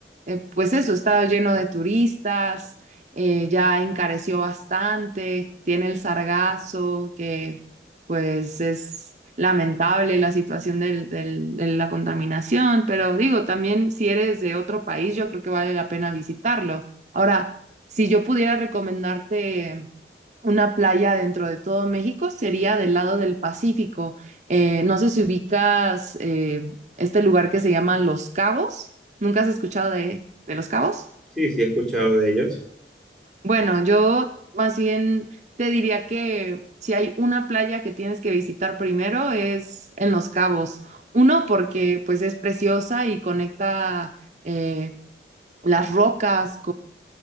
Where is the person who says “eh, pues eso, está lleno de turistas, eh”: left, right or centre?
Right